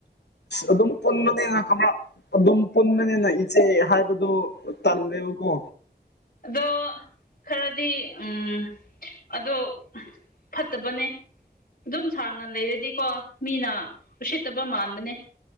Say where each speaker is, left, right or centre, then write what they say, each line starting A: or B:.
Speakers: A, on the left (about 80°); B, on the left (about 55°).
A: ꯑꯗꯨꯝ ꯄꯨꯟꯅꯅꯤꯉ ꯀ ꯑꯗꯨꯝ ꯄꯨꯟꯕꯅꯤꯅ ꯏꯆꯦ ꯍꯥꯏꯕꯗꯨꯣ ꯇꯜꯂꯦꯕꯀꯣ
B: ꯑꯗꯣ ꯈꯔꯗꯤ ꯎꯝ ꯑꯗꯣ ꯐꯠꯇꯕꯅꯦ ꯑꯗꯨꯝ ꯁꯥꯡꯅ ꯂꯩꯔꯗꯤꯀꯣ ꯃꯤꯅ ꯎꯁꯤꯠꯇꯕ ꯃꯥꯟꯕꯅꯦ